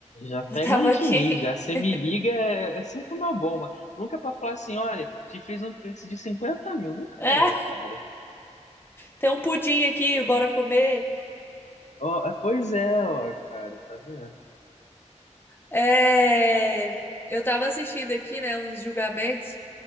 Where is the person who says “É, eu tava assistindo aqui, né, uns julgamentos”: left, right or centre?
Left